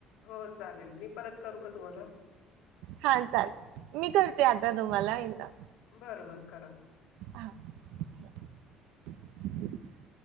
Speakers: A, on the left; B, on the right.
A: हो चालेल मी. परत करू का तुम्हाला?
B: हा चालेल मी करते आता तुम्हाला एकदा.
A: बर बर करा!
B: हां, ठेवा. <unintelligible>